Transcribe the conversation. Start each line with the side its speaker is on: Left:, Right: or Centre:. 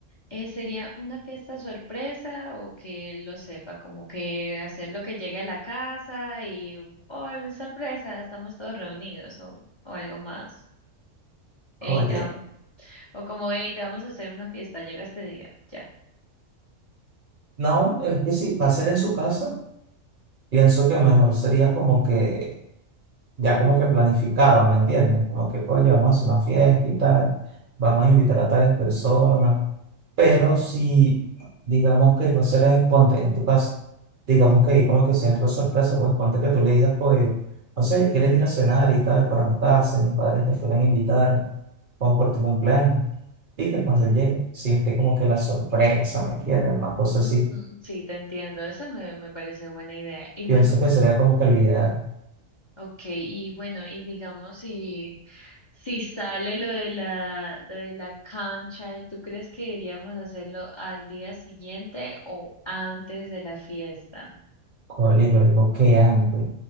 Left: eh, sería una fiesta sorpresa o que él lo sepa, como que hacer lo que llegue a la casa y, oh, sorpresa, estamos todos reunidos o, o algo más.
Right: Oye,
Left: Eita, o como, hey, te vamos a hacer una fiesta, llega este día, ya.
Right: no, es que si va a ser en su casa, pienso que mejor sería como que ya como que planificado, ¿me entiendes? Como que, coño, vamos a hacer una fiesta y tal, vamos a invitar a tales personas, pero si, digamos que va a ser en, ponte, en tu casa, digamos que como que sea algo sorpresa, pues ponte que tú le digas, pues, no sé, quieres ir a cenar y tal, para mi casa, mis padres te fueran a invitar, como por tu cumpleaños, y que cuando él llegue, siente como que la sorpresa, ¿me entiendes? Una cosa
Left: Mm,
Right: así,
Left: sí, te entiendo, esa me, me parece buena idea. Y
Right: pienso
Left: bueno,
Right: que sería como que la idea
Left: ok, y bueno, y digamos, si, si sale lo de la, lo de la cancha, ¿tú crees que iríamos a hacerlo al día siguiente o antes de la fiesta?
Right: Oye, yo digo que antes,